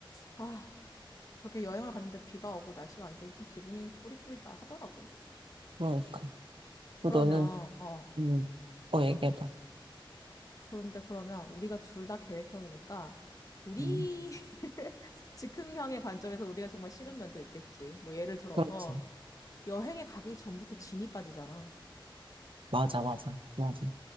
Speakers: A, on the left (about 40°); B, on the right (about 75°).
A: 아, 그렇게 여행을 갔는데 비가 오고 날씨가 안 좋으면 좀 기분이 꾸리꾸리다 하더라고.
B: 그러니까.
A: 그러면,
B: 그 너는,
A: 어,
B: 음, 어, 얘기해봐.
A: 그런데 그러면 우리가 둘 다 계획형이니까, 우리
B: 음,
A: <laughs> 즉흥형의 관점에서 우리가 정말 싫은 면도 있겠지. 뭐 예를 들어서
B: 그렇지.
A: 여행에 가기 전부터 진이 빠지잖아.
B: 맞아, 맞아, 맞아.